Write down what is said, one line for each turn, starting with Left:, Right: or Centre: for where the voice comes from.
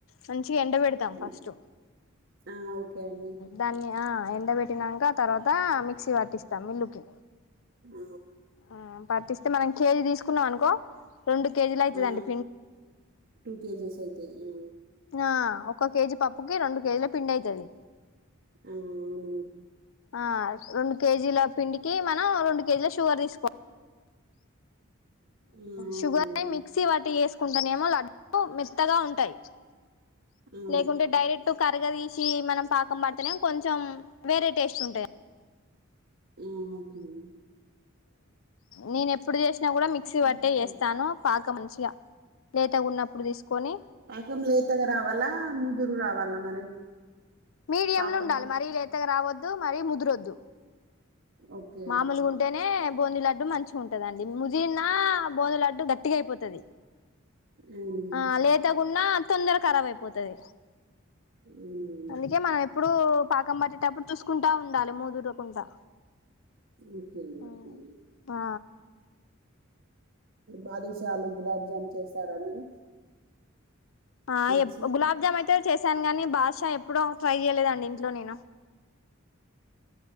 Left: మంచిగా ఎండ పెడతాం
Right: తెల్-
Left: ఫస్ట్
Right: ఆ ఓకే అండి
Left: దాన్ని ఆహ్ ఎండ పెట్టినాక తర్వాత మిక్సీ పట్టిస్తాం మిల్లుకి
Right: ఆ
Left: ఆ పట్టిస్తే మనం కేజీ తీసుకున్నాం అనుకో రెండు కేజీలు అయితండి
Right: ఆ టూ కేజీస్ అయితాయి ఆ
Left: ఆ ఒక కేజీ పప్పుకి రెండు కేజీల పిండి అవుతుది
Right: ఆ అవును
Left: ఆ రెండు కేజీల పిండికి మనం రెండు కేజీల షుగర్ తీసుకోవాలి
Right: ఆ
Left: శుగర్
Right: ఓకే అండి
Left: మిక్స వాటిస్ కుంటానేమో లడ్డ మెత్తగా ఉంటాయి
Right: ఆ
Left: లేకుంటే డైరెక్ట్ కరగ తీసి మనం పాకం పడితేనే కొంచెం వేరే టేస్ట్ ఉంటుంది
Right: ఆ ఓకే అండి
Left: నేను ఎప్పుడు చేస కూడా మిక్సీ బట్టే
Right: ఉమ్.
Left: వేస్తాను పాక మంచిగా లేతగ ఉన్నప్పుడు తీసుకొని
Right: పాకం లేతగా రావాలా ముదురు రావాలా మరి
Left: మీడియం
Right: పాకం
Left: లో ఉండాలి మరి లేతగా రావద్దు మరి ముదురొద్దు
Right: ఓకే
Left: మామూలు
Right: ఓకే
Left: గుంటేనే బోందిలా అడ్డు మంచి ఉంటదండి ముదనా బోందు అడ్డు గట్టిగా అయిపోతుది
Right: అవును.
Left: ఆ లేతకున్నా తొందర కరాబ్ అయిపోతుది
Right: ఉమ్.
Left: అందుకే మనం ఎప్పుడు పాకం పట్టేటప్పుడు చూసుకుంటా ఉండాలి ముదురకుండా
Right: ఓకే
Left: ఆ
Right: ఓకే బాదుశాలు గులాబ్ జామ్లు చేస్తారా మీరు
Left: ఆ
Right: స్వీట్స్
Left: గులాబ్జామ్ అయితే చేశాను గాని బాద్షా ఎప్పుడూ ట్రై చేయలేదండి ఇంట్లో నేను